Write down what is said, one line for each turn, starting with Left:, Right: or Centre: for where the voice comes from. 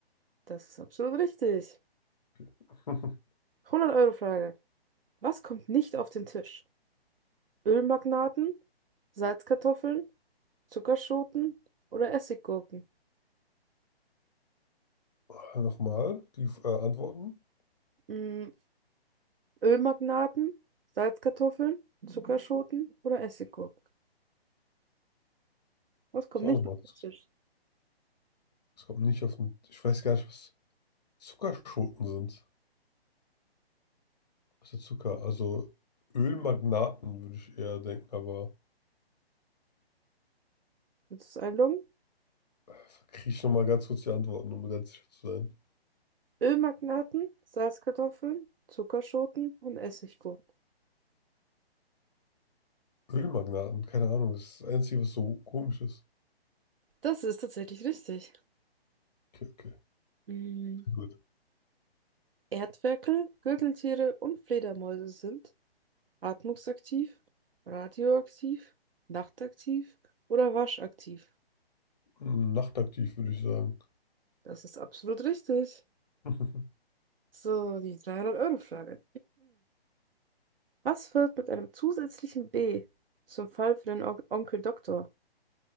Right: Das ist absolut richtig.
Left: <laughs>
Right: Hundert euro frage Was kommt nicht auf den Tisch? Ölmagnaten, Salzkartoffeln, Zuckerschoten oder Essiggurken?
Left: Ah, Nochmal? Die äh, Antworten?
Right: Mm, Ölmagnaten, Salzkartoffeln, Zuckerschoten oder Essiggurken? Was kommt
Left: Was war
Right: nicht
Left: nochmal?
Right: auf den Tisch?
Left: Es kommt nicht auf den. Ich weiß gar nicht, was Zuckerschoten sind. Was ist Zucker? Also Ölmagnaten würde ich eher denken, aber
Right: Willst du es einloggen?
Left: äh, kriege ich nochmal ganz kurz die Antworten, um ganz sicher zu sein.
Right: Ölmagnaten, Salzkartoffeln, Zuckerschoten und Essiggurken.
Left: Ölmagnaten, keine Ahnung, das ist das Einzige, was so komisch ist.
Right: Das ist tatsächlich richtig.
Left: Okay,
Right: Mm,
Left: okay.
Right: Erdferkel, Gürteltiere und Fledermäuse sind atmungsaktiv, radioaktiv, nachtaktiv oder waschaktiv.
Left: Hm, Nachtaktiv, würde ich sagen.
Right: Das ist absolut richtig.
Left: <laughs>
Right: So, die 300-Euro-Frage. Was wird mit einem zusätzlichen B zum Fall für den On Onkel Doktor?